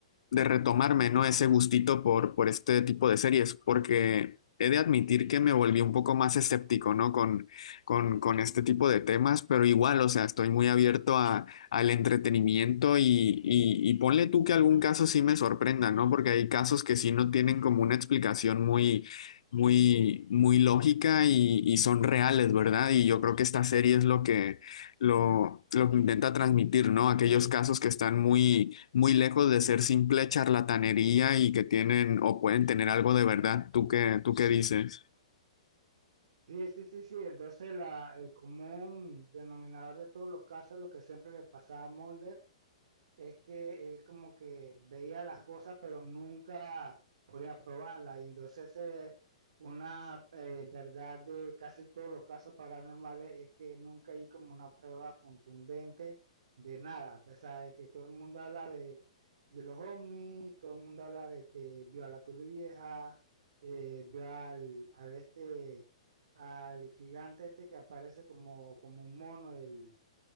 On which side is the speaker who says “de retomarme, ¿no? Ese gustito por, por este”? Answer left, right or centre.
Left